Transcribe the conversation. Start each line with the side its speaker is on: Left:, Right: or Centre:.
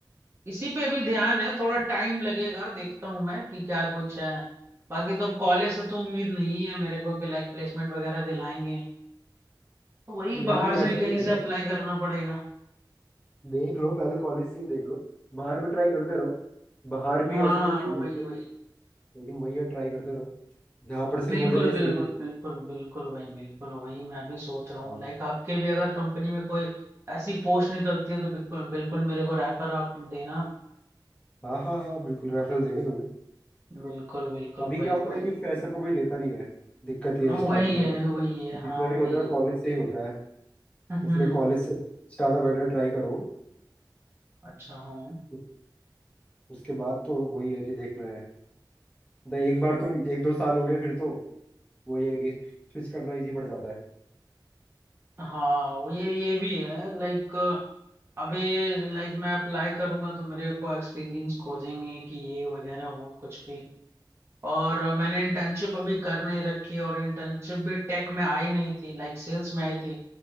Right: इसी पे भी ध्यान है थोड़ा टाइम लगेगा देखता हूँ मैं कि क्या कुछ है बाकी तो अब कॉलेज से तो उम्मीद नहीं है मेरे को कि लाइक प्लेसमेंट वगैरह दिलाएंगे तो वही
Left: नहीं
Right: बाहर
Left: नहीं ऐसा
Right: से भी
Left: नहीं
Right: कहीं
Left: कह
Right: से अप्लाई
Left: रहा
Right: करना पड़ेगा
Left: देख लो पहले कॉलेज से ही देख लो बाहर भी ट्राई करते रहो बाहर
Right: हाँ
Left: भी ऐसा नहीं कि मिलते
Right: वही वही
Left: नहीं, लेकिन वही है ट्राई करते रहो जहाँ पर से
Right: बिल्कुल
Left: हो जाए सही
Right: बिल्कुल
Left: है
Right: बिल्कुल बिल्कुल भाई बिल्कुल वही मैं भी सोच रहा
Left: हाँ
Right: हूँ लाइक आपके भी अगर कंपनी में कोई ऐसी पोस्ट निकलती है तो बिल्कुल बिल्कुल मेरे को रेफर आप देना
Left: हाँ हाँ हाँ, बिल्कुल रेफरल देंगे तुम्हें
Right: बिल्कुल बिल्कुल
Left: अभी
Right: भाई
Left: क्या होता
Right: वही
Left: है ना कि फ्रेशर को कोई लेता नहीं है दिक्कत ये
Right: हाँ,
Left: है स्टार्टिंग
Right: वही
Left: में
Right: है
Left: ना
Right: वही है हाँ
Left: जितना भी
Right: भाई
Left: होता है कॉलेज से ही होता है
Right: हम्म
Left: इसलिए
Right: हम्म,
Left: कॉलेज
Right: हम्म,
Left: से ज़्यादा बेटर ट्राई करो
Right: अच्छा हूँ
Left: उस- उसके बाद तो वही है कि देखना है मतलब एक बार तुम एक दो साल हो गए फिर तो वही है कि स्विच करना इजी पड़ जाता है
Right: हाँ वो ये ये भी है लाइक अभी लाइक मैं अप्लाई करूंगा तो मेरे को एक्सपीरियंस खोजेंगे कि ये वगैरह वो कुछ भी और मैंने इंटर्नशिप अभी कर नहीं रखी और इंटर्नशिप भी टेक में आई नहीं थी लाइक सेल्स में आई थी